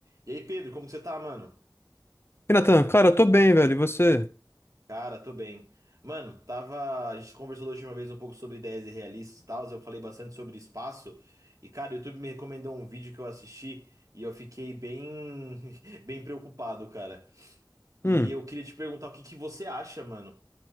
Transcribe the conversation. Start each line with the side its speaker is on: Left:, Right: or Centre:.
Right: E aí, Pedro, como que você tá, mano?
Left: E Natan, cara, eu tô bem, velho. E você?
Right: Cara, tô bem. Mano, tava. A gente conversou da última vez um pouco sobre ideias irrealistas e tal. Eu falei bastante sobre espaço. E, cara, o YouTube me recomendou um vídeo que eu assisti e eu fiquei bem. <laughs> bem preocupado, cara.
Left: Hum,
Right: E eu queria te perguntar o que que você acha, mano.